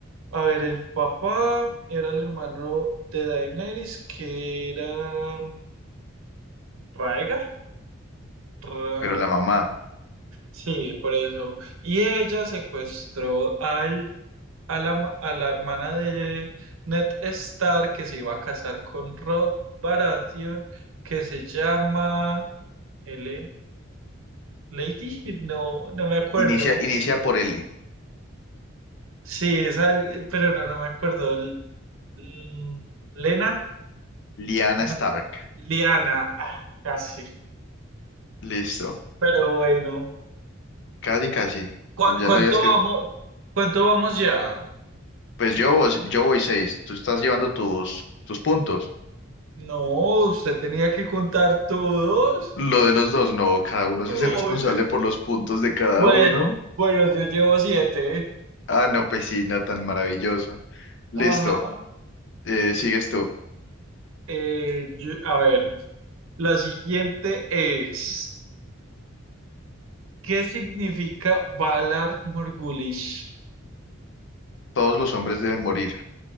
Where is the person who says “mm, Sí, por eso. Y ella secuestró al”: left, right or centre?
Right